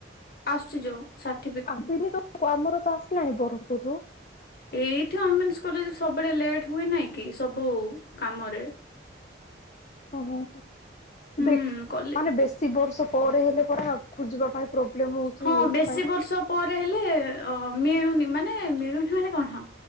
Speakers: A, on the left; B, on the left.
A: ଆସୁଛି ଯୋ ସାଟ
B: ଆସିନି ତ ଆମର ତ ଆସିଲାଣି ବରହମ୍ ପୁର୍ ରୁ।
A: ଏଇଠି ଓମେନ୍ସ କଲେଜରେ ସବୁବେଳେ ଲେଟ୍ ହୁଏ ନାହିଁ କି ସବୁ କାମରେ?
B: ହ- ହଁ- ହ
A: ହୁଁ
B: ଦେଖ୍
A: କଲେ
B: ମାନେ ବେଶୀ ବର୍ଷ ପରେ ହେଲେ ପରା ଖୋଜିବା ପାଇଁ। ପ୍ରୋବ୍ଲେମ ହଉଛି
A: ହଁ
B: ଏଥିପାଇଁ
A: ବେଶୀ ବର୍ଷ ପରେ ହେଲେ। ଅ ମିଳୁନି ମାନେ ମିଳୁନି ମାନେ କଣ ହଁ।